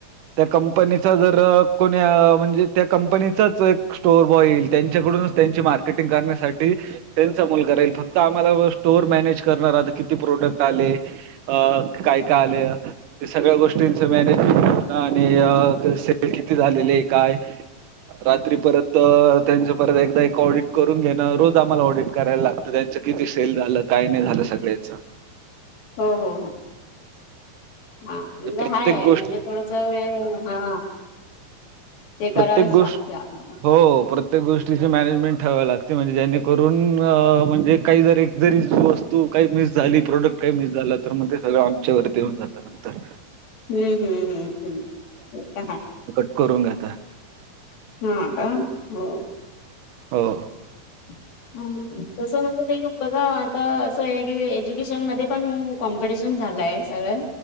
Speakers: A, on the right; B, on the left.
A: त्या कंपनीचा जर कोणी म्हणजे त्या कंपनीचाच एक स्टोअर बॉय येईल त्यांच्याकडूनच त्यांची मार्केटिंग करण्यासाठी त्यांचा मुलगा राईल फक्त, आम्हाला स्टोअर मॅनेज करण राहत किती प्रोडक्ट आले. अं.. काय काय आलं. ते सगळ्या गोष्टींच मॅनेजमेंट ठेवणं आणि सेल किती झालेले आहे काय रात्री परत त्यांच्या परत एकदा एक ऑडिट करून घेणं रोज आम्हाला ऑडिट करायला लागतं, त्यांचं किती सेल झालं काय नाही झालं सगळे हेच.
B: हो हो हो ह्
A: प्रत्येक
B: ह हाय आहे
A: गोष्ट
B: म्हणजे थोडं चवे <unintelligible> हा. ते करावेच
A: प्रत्येक गोष्ट
B: लागते आपल्याला
A: हो प्रत्येक गोष्टीचे मॅनेजमेंट ठेवावे लागते म्हणजे जेणेकरून म्हणजे काही जरी एक जरी वस्तू तू काही मिस झाली प्रोडक्ट काही मिस झाला तर मग ते सगळं आमच्यावरती येऊन जातं. नंतर
B: हम्म हम्म हम्म हम्म ते तर <unintelligible> ह
A: करू घाता
B: हा का हो.
A: हो.
B: ह <unintelligible> ह तस म्हणजे ते बघा आता असं आहे की एज्युकेशन मध्ये पण कॉम्पिटिशन झालंय सगळं